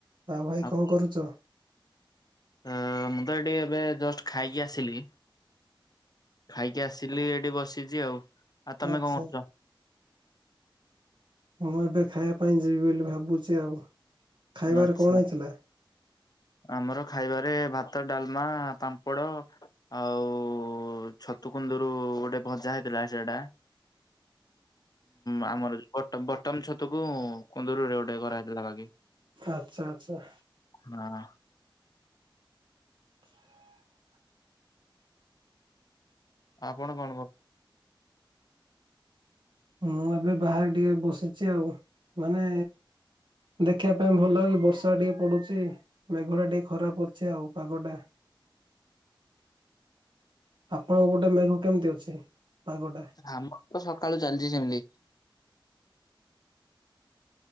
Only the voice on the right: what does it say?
ଆଉ ଭାଇ
କଣ କରୁଛ?
ଆଚ୍ଛା।
ମୁଁ ଏବେ ଖାଇବା ପାଇଁ ଯିବି ବୋଲି ଭାବୁଛି ଆଉ ଖାଇବାରେ
କଣ ହେଇଥିଲା?
ଆ ସା ଆ ସା
<inaudible>
ମୁଁ ଏବେ ବାହାରେ ଟିକେ ବସିଛି ଆଉ ମାନେ ଦେଖିବା ପାଇଁ ଭଲ ଲେ ବର୍ଷା ଟିକେ ପଡୁଛି ମେଘ ଟା ଟିକେ ଖରାପ ଅଛି ଆଉ ପାଗ ଟା। ଆପଣଙ୍କ ଗୋଟେ ମେଘ କେମିତି ଅଛି ପାଗଟା।